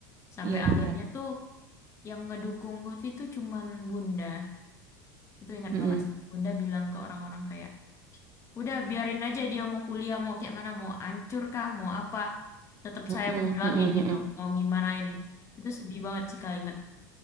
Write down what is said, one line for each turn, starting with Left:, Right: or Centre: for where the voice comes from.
Left: Sampai
Right: Iya benar.
Left: akhirnya tuh yang ngedukung Lutfi tuh cuman Bunda. Itu ingat
Right: Mm-mm.
Left: banget sih. Bunda bilang ke orang-orang kayak, udah biarin aja dia mau kuliah, mau kayak mana, mau hancur kah, mau apa. Tetap
Right: Mm-mm,
Left: saya perjuangin
Right: mm-mm, mm-mm,
Left: gitu, mau gimanain. Itu sedih banget sih kalimat